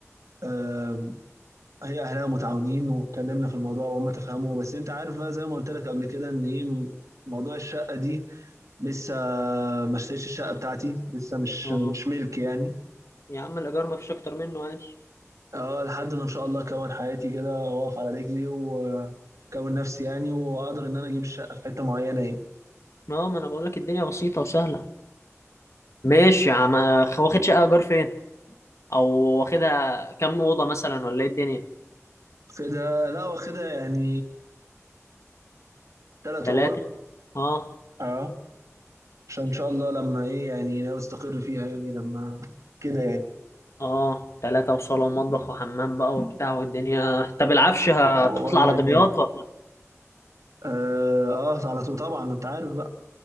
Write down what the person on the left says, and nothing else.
اه
يا عم الايجار ما فيش اكتر منه عادي
ما هو ما انا بقول لك الدنيا بسيطه وسهله ماشي يا عم خ- واخد شقه ايجار فين او واخدها كام اوضه مثلا ولا ايه الدنيا
ثلاثه
اه
اه ثلاثه وصاله ومطبخ وحمام بقى وبتاع والدنيا طب العفش هتطلع
على دمياط
ولا